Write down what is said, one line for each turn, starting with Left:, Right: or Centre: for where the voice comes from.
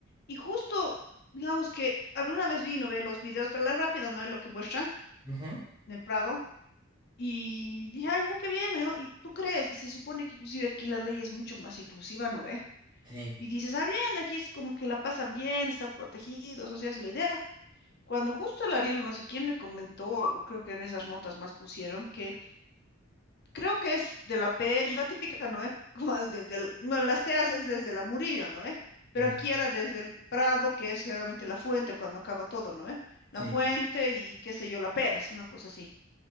Left: y justo, digamos que alguna vez vino ver los videos, pero la rápida no es lo que muestran
Right: ujú,
Left: en el Prado, y dije, ay, ya que viene, ¿no? Y tú crees, y se supone que inclusive aquí la ley es mucho más inclusiva, ¿no ve?
Right: Sí.
Left: Y dices, ah, bien, aquí es como que la pasan bien, están protegidos, o sea, es la idea. Cuando justo el Ariel, no sé quién me comentó, o creo que en esas notas más pusieron, que creo que es de la PR, es la típica, ¿no ve? <laughs> Como el de- del- no, las te haces desde la Murillo, ¿no ve? Pero
Right: ya,
Left: aquí era desde el Prado, que es generalmente la fuente cuando acaba todo, ¿no ve? La
Right: Sí.
Left: fuente y qué sé yo, la Pérez, una cosa así.